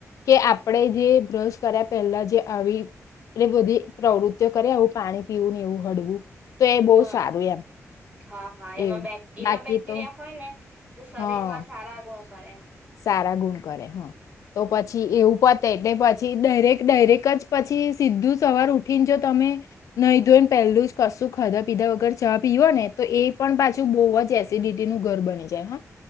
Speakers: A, on the left; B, on the right.
A: કે આપણે જે બ્રશ કર્યા પહેલા જે આવી એટલે બધી પ્રવૃત્તિઓ કરે આવું પાણી પીવું ને એવું હળવું તો એ
B: હમ
A: બહુ સારું એમ
B: હા હા એમાં
A: એવું
B: બે એવા
A: બાકી
B: બેક્ટેરિયા
A: તો
B: હોય ને જે શરીરમાં
A: હા
B: સારા ગુણ કરે એમ
A: સારા ગુણ કરે હા તો પછી એવું પતે એટલે પછી ડાયરેક ડાયરેક જ પછી સીધું સવાર ઉઠીને જો તમે નહી ધોઈ પેલું જ કશું ખાધા પીધા વગર ચા પીવા ને તો એ પણ પાછું બહ જ એસિડિટી નું ઘર બની જાય હો